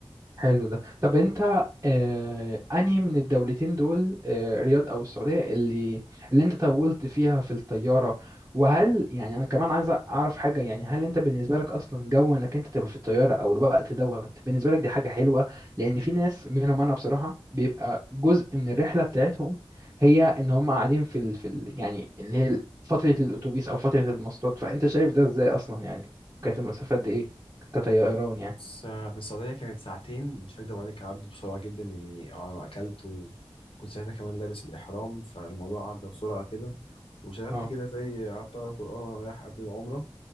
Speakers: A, on the right; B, on the left.
A: حلو ده طب انت آه انهي من الدولتين دول آه رياض او السعودية اللي اللي انت طولت فيها في الطيارة وهل يعني انا كمان عايز اعرف حاجة يعني هل انت بالنسبة لك اصلا جو انك انت تبقى في الطيارة او الوقت دوت بالنسبة لك دي حاجة حلوة لان في ناس منهم انا بصراحة بيبقى جزء من الرحلة بتاعتهم هي ان هم قاعدين في ال... في ال... يعني اللي هي فترة الاتوبيس او فترة المواصلات فانت شايف ده ازاي اصلا يعني كانت المسافة قد ايه كطيران يعني
B: بس آه، في السعودية كانت ساعتين مش هكدب عليك عدوا بسرعة جدا يعني أنا أكلت وكنت ساعتها كمان لابس الإحرام فالموضوع عدى بسرعة كده وشغلت
A: اه
B: كده زي قعدت أقرأ قرآن وأنا رايح قبل العمرة